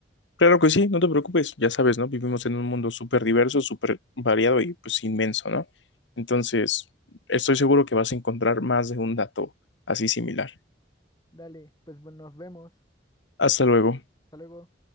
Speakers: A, on the left; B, on the left.
A: Claro que sí, no te preocupes, ya sabes, ¿no? Vivimos en un mundo súper diverso, súper variado y pues inmenso, ¿no? Entonces, estoy seguro que vas a encontrar más de un dato así similar.
B: Dale, pues bueno, nos vemos.
A: Hasta luego.
B: Hasta luego.